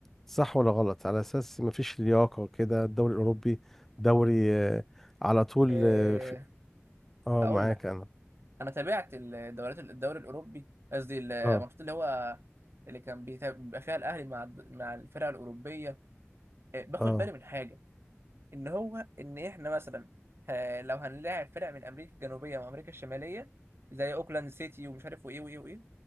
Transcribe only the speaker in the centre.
صح ولا غلط على اساس مفيش لياقة كده الدوري الاوروبي دوري آه، على طول
اه في- آه،
معاك
انا
اه
اه